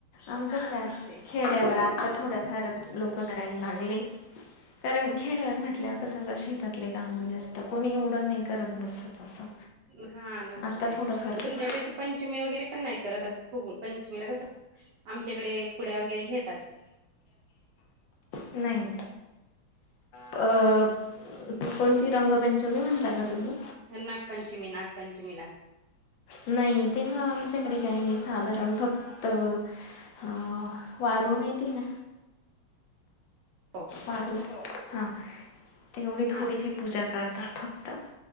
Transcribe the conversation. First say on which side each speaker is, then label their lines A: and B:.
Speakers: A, on the left (about 70°); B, on the right (about 75°).
A: आमच्याकड
B: असते.
A: खेड्यावर..... आ थोड्याफार लोक करायला लागले कारण खेड्यावर
B: हम्म
A: म्हटल्यावर कस ज श. त्यातले काम जास्त कोणी एवढं नाही करत बसत असं....
B: हा नसत
A: आता
B: बा
A: थोडं फरक
B: मग तुमच्याकडे पंचमी वगैरे पण नाही करत असं.... खगळ पंचमीला कसं आमच्या इकडे पुड्या वगैरे घेतात
A: नाही... अ कोणती रंगपंचमी म्हणताय का तुम्ही.....
B: नागपंचमी नागपंचमीला.....
A: नाही ते मग आमच्याकडे काही नाही साधारण फक्त. अ वारूळ माहिती ना.
B: हो..
A: पार हा तेवढी
B: हा.
A: थोडीशी पूजा करतात. फक्त....